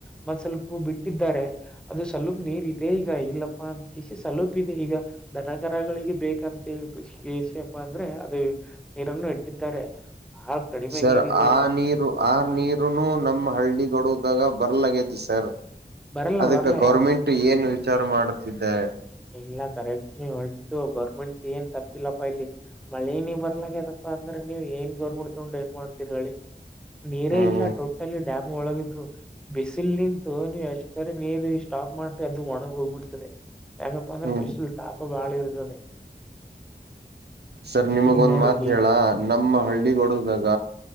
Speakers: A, in the centre; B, on the right (about 70°).
A: ಮತ್ತ ಸ್ವಲ್ಪ ಬಿಟ್ಟಿದ್ದ ಇದಾರೆ ಅದು ಸ್ವಲಪ ನೀರ್ ಇದೆ ಈಗ ಇಲ್ಲಪ್ಪಾ ಅಂತಕೇಷ ಸ್ವಲುಪ ಇದೆ ಈಗ ದನ ಕರಗಳಿಗೆ ಬೇಕಂತ ಹೇಳಿ ಖುಷಿ ಎಸ ಅಪಾ ಅಂದ್ರೆ ಅದು ನೀರನ್ನು ಇಟ್ಟಿದ್ದಾರೆ ಬಹಳ ಕಡಿಮೆ
B: ಸರ್
A: ನೀರಿದೆ
B: ಆ ನೀರು ಆ ನೀರುನು ನಮ್ಮ ಹಳ್ಳಿಗಳು ದಾಗ ಬರ್ಲಆಗೇತಿ ಸರ್
A: ಬರಲ್ಲ
B: ಅದಕ್ಕೆ
A: ಬರಲ್ಲ
B: ಗೌರ್ಮೆಂಟ್
A: ಯಾ
B: ಏನ್ ವಿಚಾರ ಮಾಡುತ್ತಿದ್ದೆ
A: ಇಲ್ಲ ಕರೆಕ್ಟ್ ಹೊಿದ್ದು ಗೌರ್ಮೆಂಟ್ ಏನ್ ತಪ್ಪಿಲ್ಲಪ್ಪಾ ಇಲ್ಲಿ ಮಳೇನ ಬರ್ಲಾಗ್ಯದಪ್ಪಾ ಅಂದ್ರೆ ನೀವ್ ಏನ್ ಗೌರ್ಬಡ್ತೊಂಡು ಏನ್ ಮಾಡ್ತೀರಿ ಹೇಳಿ ನೀರೇ
B: ಹ್ಮ್
A: ಇಲ್ಲ
B: ಹ್ಮ್
A: ಟೋಟಲಿ ಡ್ಯಾಮ್ ಒಳಗಿದು ಬಿಸಿಲ್ ನಿಂತು ನೀವ್ ಎಷ್ಟರಿ ನೀರು ಇಷ್ಟ ಸಾಕ್ ಮಾಡ್ರೆ ಅದು ಒಣಗ ಹೋಗ್ಬಿಡ್ತದೆ ಯಾಕಪ್ಪ ಅಂದ್ರೆ
B: ಹ್ಮ್
A: ಬಿಸಿಲ್ ತಾಪ ಬಾಳ ಇರ್ತದೆ
B: ಸರ್ ನಿಮಗೊಂದ್
A: ಈಗ ನೋಡಿ
B: ಮಾತ್ ಹೇಳ ನಮ್ಮ ಹಳ್ಳಿಗಡಗಾಗ